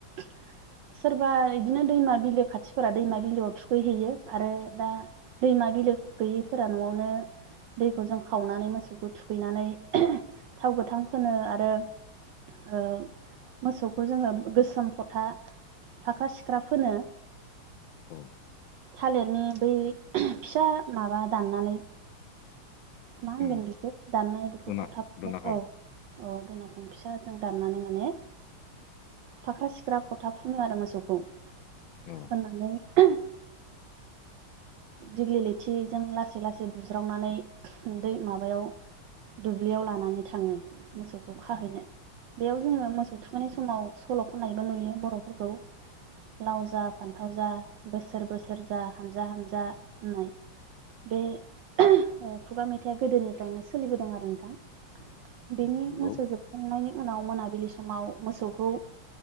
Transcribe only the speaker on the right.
<inaudible> सोरबा बिदिनो दैमा बिलो खाथिफोरा दैमा बिलोआव थुखैहैयो आरो दा दैमा बिलो गैयैफोरा न'आवनो दैखौ जों खावनानै मोसौखौ थुखैनानै थाव गोथां फोनो आरो मोसौखौ जोङो गोसोम फथा फाख्रा सिख्रा फोनो।
थालिरनि बै फिसा माबा दाननानै मा होनगोन
बेखौ दाननाय बेखौ
फथा फथा
औ औ दनाखन फिसाजों दाननानै माने फाख्रा सिख्रा फथा फुनो आरो मोसौखौ
फोनानै दिग्लि लिथिजों लासै लासै बुज्रावनानै दै माबायाव दुब्लियाव लानानै थाङो मोसौखौ खाहैनो
बेयाव जोङो मोसौ थुखैनाय समाव सल' खनायबो नुयो बर'फोरखौ। लाव जा फान्थाव जा बोसोर बोसोर जा हानजा हानजा होननाय। बे ओ खुगा मेथाइआ गोदोनिफ्रायनो सोलिबोदों आरो नोंथां बेनि
मोसौ जोबखांनायनि उनाव मोनाबिलि समाव मोसौखौ